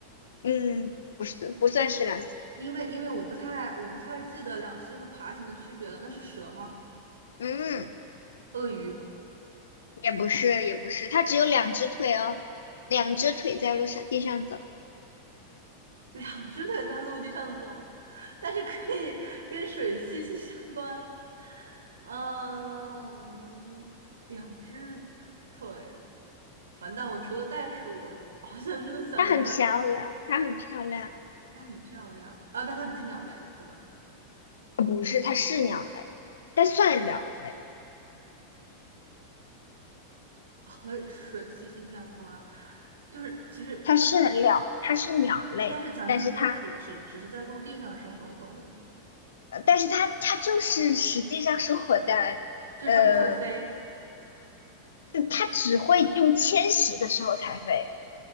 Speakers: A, on the left; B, on the right.
A: 嗯，不是不算是两栖。
B: 因为因为我不太我不太记得两栖和爬行的区别了。那是蛇吗？
A: 嗯。
B: 鳄鱼？
A: 也不是，也不是，它只有两只腿哦，两只腿在路上地上走，
B: <laughs> 两只腿在陆地上走，但是可以跟水息息相关。嗯，两只腿，完蛋！我除了袋鼠，好像真的想不出来什么。
A: 它很漂亮，它很漂亮。
B: 它很漂亮啊，但它不是鸟类，对吧？
A: 呃不是，它是鸟类，但算鸟类，
B: 和水息息相关，就是其实，
A: 它是鸟，它是鸟类，
B: 但是咱们不是说只只只是在陆地上生活的动物吗？
A: 但是它，呃，但是它，它就是实际上生活在，
B: 就是它不会飞，
A: 呃，它只会用迁徙的时候才飞，